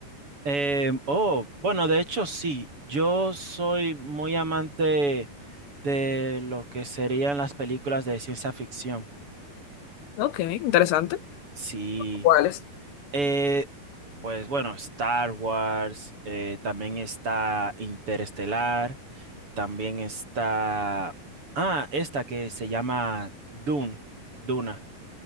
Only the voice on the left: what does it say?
Ok, interesante.
¿Cuáles?